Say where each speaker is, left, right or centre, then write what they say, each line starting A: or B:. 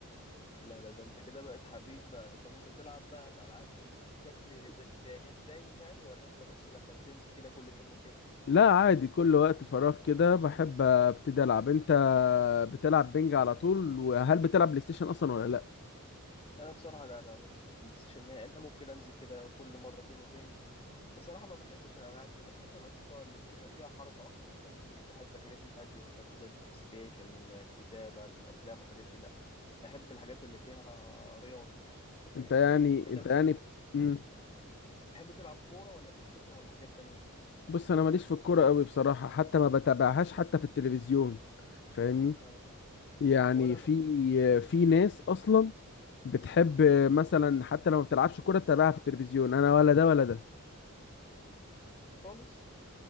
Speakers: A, on the left; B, on the left.
A: لا لا ده انت كده بقيت حريف بقى طب انت بتلعب بقى الالعاب دي بشكل دا دا دايم يعني ولا انت بس لما بتنزل كده كل فين وفين
B: لا عادي كل وقت فراغ كده بحب ابتدي العب انت بتلعب بينج على طول وهل بتلعب بلاي ستيشن اصلا ولا لا
A: انا بصراحه لا لا ماليش في البلاي ستيشن نهائي انا ممكن انزل كده كل مره فين وفين بصراحه ما بحبش الالعاب دي انا بحب الانشطه اللي بتبقى فيها حركه اكتر فاهمني مش بحب الحاجات الهاديه مثلا زي البلاي ستيشن الكتابه الافلام والحاجات دي لا بحب الحاجات اللي فيها رياضه انت فاهمني
B: انت يعني
A: انت
B: انت
A: مثلا
B: يعني بت- مم.
A: بتحب تلعب كوره ولا بلاي ستيشن ولا حاجات تانية
B: بص انا ماليش في الكوره قوي بصراحه حتى ما بتابعهاش حتى في التلفزيون فاهمني
A: آه.
B: يعني
A: ولا
B: في
A: انا
B: في ناس اصلا بتحب مثلا حتى لو ما بتلعبش كوره تتابعها في التلفزيون انا ولا ده ولا ده
A: خالص